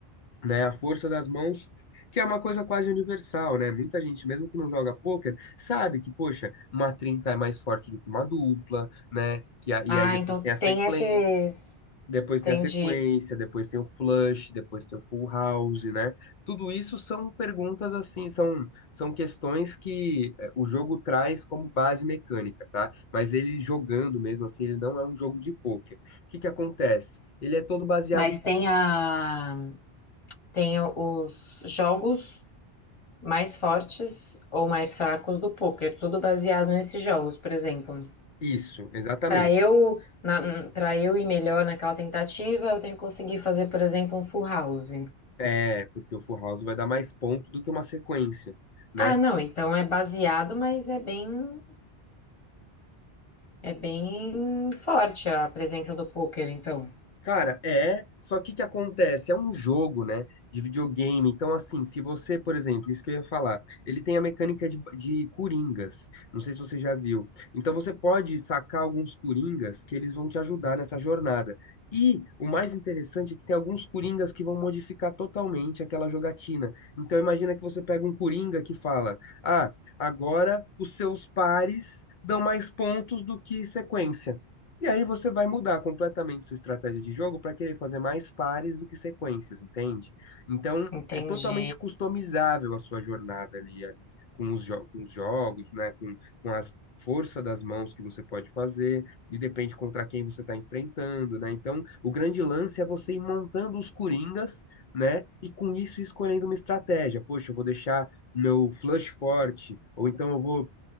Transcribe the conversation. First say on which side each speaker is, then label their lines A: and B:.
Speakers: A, on the left (about 55°); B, on the left (about 30°).
A: né? A força das mãos, que é uma coisa quase universal, né? Muita gente, mesmo que não joga pôquer, sabe que, poxa, uma trinca é mais forte do que uma dupla, né? Que a- e
B: Ah,
A: aí depois
B: então
A: tem a sequen,
B: tem esses.
A: depois
B: Entendi.
A: tem a sequência, depois tem o flush, depois tem o full house, né? Tudo isso são perguntas assim, são, são questões que eh, o jogo traz como base mecânica, tá? Mas ele jogando mesmo assim, ele não é um jogo de pôquer. O que que acontece? Ele é todo baseado
B: Mas
A: em
B: tem a. Tem os jogos mais fortes ou mais fracos do poker, tudo baseado nesses jogos, por exemplo.
A: isso, exatamente.
B: Para eu, na, para eu ir melhor naquela tentativa, eu tenho que conseguir fazer, por exemplo, um full house.
A: É, porque o Full House vai dar mais ponto do que uma sequência, né?
B: Ah, não, então é baseado, mas é bem, é bem forte a presença do poker, então.
A: Cara, é. Só que o que acontece? É um jogo, né? De videogame. Então, assim, se você, por exemplo, isso que eu ia falar, ele tem a mecânica de, de coringas. Não sei se você já viu. Então, você pode sacar alguns coringas que eles vão te ajudar nessa jornada. E o mais interessante é que tem alguns coringas que vão modificar totalmente aquela jogatina. Então, imagina que você pega um coringa que fala: Ah, agora os seus pares dão mais pontos do que sequência. E aí você vai mudar completamente sua estratégia de jogo para querer fazer mais pares do que sequências, entende? Então,
B: Entendi,
A: é totalmente customizável a sua jornada ali, ali com os, jo- com os jogos, né? Com, com a força das mãos que você pode fazer, e depende contra quem você está enfrentando, né? Então, o grande lance é você ir montando os coringas, né? E com isso escolhendo uma estratégia. Poxa, eu vou deixar meu flush forte, ou então eu vou